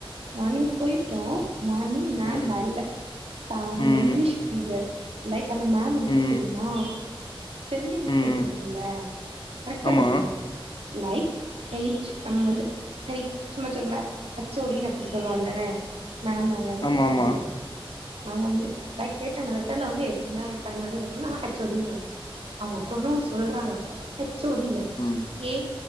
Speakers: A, on the right (about 80°); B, on the left (about 55°).
A: மானிங் போயிட்டோ மார்னிங் மேம்
B: ம்
A: வல்ல த இல்ல
B: ம்
A: இங்கிலீஷ் பீரியட் லைக் அந்த மேம் எப்டி
B: ம்
A: தெரிமா ஸ்பெல்லிங் மிஸ்டேக்ஸ்
B: ம்
A: இருக்குல்ல கரெக்டா
B: ஆமா
A: பாப்பாங்க லைக் ஹைச் நம்ம வந்து ஹச் சும்மா <unintelligible> ஹச்சோடி அப்டின் சொல்னு அப்டி தான மேம் அத வந்து
B: ஆமா
A: ஹச்ஓடி
B: ஆமா
A: சொல் நாங்க வந்து லைக் கேட்டாங்க லெட்டர்லந்து எப்டிலா ஃபைன்ட் பண்ணு கே நாங்க ஹேச்சோடின் சொன்னோ அவங்க ப்ரோ நொன் சொல்றாங்க ஹெச் சோடில
B: ம்
A: ஏ